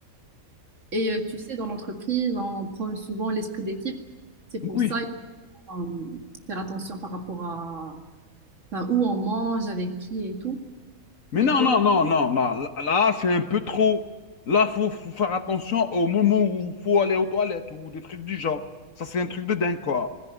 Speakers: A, on the right; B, on the left.
A: Et euh, tu sais, dans l'entreprise, on prône souvent l'esprit d'équipe. C'est pour
B: Oui,
A: ça euh, faire attention par rapport à enfin, où on mange, avec qui et tout.
B: Mais
A: Et
B: non,
A: toi?
B: non, non, non, non. Là, là, c'est un peu trop. Là, faut, faut faire attention au moment où faut aller aux toilettes ou des trucs du genre. Ça, c'est un truc de dingue, quoi.